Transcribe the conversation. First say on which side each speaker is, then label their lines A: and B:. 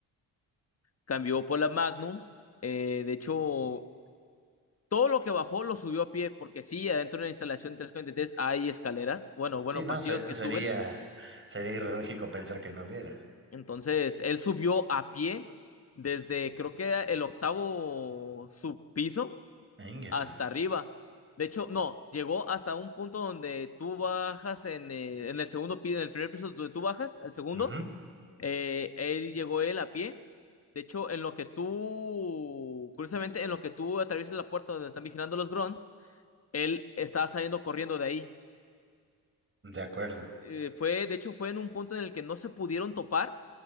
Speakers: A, on the left (about 35°); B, on the right (about 30°).
A: Cambió por la Magnum. eh, de hecho, todo lo que bajó lo subió a pie, porque sí, adentro de la instalación 343 hay escaleras, bueno, bueno,
B: Sí, no,
A: pasillos
B: se-
A: que
B: sería,
A: suben.
B: sería ilógico pensar que no hubiera.
A: Entonces, él subió a pie desde creo que era el octavo subpiso
B: Ingues.
A: hasta arriba. De hecho, no, llegó hasta un punto donde tú bajas en el, en el segundo piso, en el primer piso donde tú bajas, al segundo,
B: Ujú.
A: eh, él llegó él a pie. De hecho, en lo que tú, curiosamente, en lo que tú atraviesas la puerta donde están vigilando los grunts, él estaba saliendo corriendo de ahí.
B: De acuerdo.
A: Eh, fue, de hecho, fue en un punto en el que no se pudieron topar,